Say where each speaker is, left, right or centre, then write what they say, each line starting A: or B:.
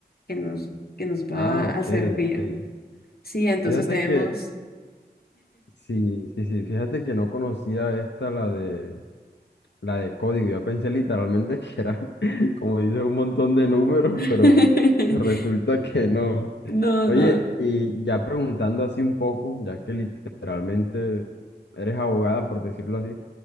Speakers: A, on the left; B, on the left.
A: que nos, que nos va
B: Ah,
A: a
B: ok,
A: servir.
B: ok.
A: Sí, entonces
B: Fíjate
A: tenemos...
B: que, sí, sí, sí, fíjate que no conocía esta, la de, la de código. Yo pensé literalmente que era, <laughs> como dice, un montón de números,
A: <laughs>
B: pero resulta que no.
A: No,
B: Oye,
A: no.
B: y ya preguntando así un poco, ya que literalmente eres abogada, por decirlo así,